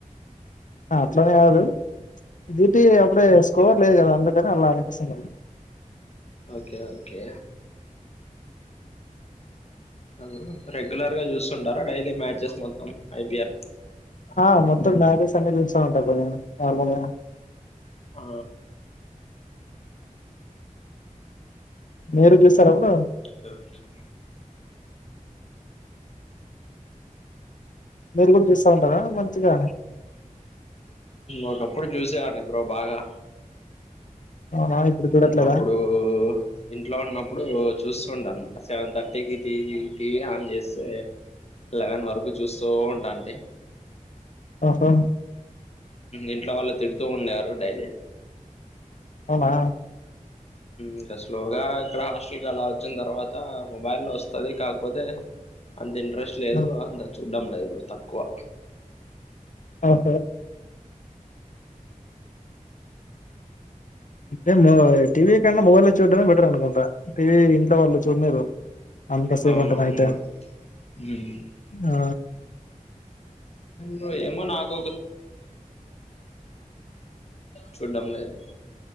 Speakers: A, on the left; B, on the left.
A: ఆ అట్లనే కాదు <unintelligible> అప్పుడే స్కోర్ లేదు కదా అందుకని అలా అనిపిస్తుంది
B: ఓకే ఓకే ఎవరు రెగ్యులర్ గా చూస్తుంటారా డైలీ మ్యాచెస్ మొత్తం ఐపిఎల్
A: ఆ మొత్తం <unintelligible> <unintelligible> ఉంటా బ్రో నార్మల్ గా
B: అ
A: మీరు చూస్తారా బ్రో
B: ఇది ఓకే బ్రో
A: మీరు కూడా చూస్తా ఉంటారా మంచిగా
B: ఒకప్పుడు చూసేవాడిని బ్రో బాగా
A: అవునా ఇప్పుడు చూడట్లేదా
B: అప్పుడు ఇంట్లో ఉన్నప్ ఇప్పుడు చూస్తుండ అనమాట సెవెన్ థర్టీకి టీవీ టీవీ ఆన్ చేస్తే లెవెన్ వర <unintelligible> చూస్తూ ఉండండి
A: ఆహా
B: ఇంట్లో వాళ్ళు తిడుతూ ఉండేవారు డైలీ
A: అవునా
B: ఇంకా స్లోగా ఇక్కడ హాస్టల్ కి అలా వచ్చిన తర్వాత మొబైల్ వస్తది కాకపోతే అంత ఇంట్రెస్ట్ లేదు
A: ఆ,
B: అంత చూ <unintelligible> లేదు బ్రో తక్కువ
A: ఆహ <unintelligible> టీవీ కన్నా మొబైల్లో చూడ్డమే బెటర్ అనుకుంటా టీవీ ఇంట్లో వాళ్ళు చూడనీరు అంత సేవ్
B: అవునవును
A: అంటే నైతే
B: బ్రో ఉమ్
A: ఆ
B: బ్రో ఏమో నాకు చూడ్డంలేదు